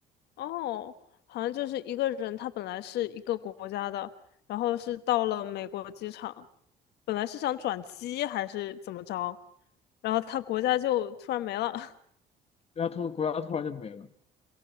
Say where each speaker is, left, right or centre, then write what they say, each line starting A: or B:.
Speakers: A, on the left; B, on the left.
A: 哦，好像就是一个人，他本来是一个国家的，然后是到了美国机场，本来是想转机还是怎么着，然后他国家就突然没了。<laughs>
B: 国家突国家突然就没了，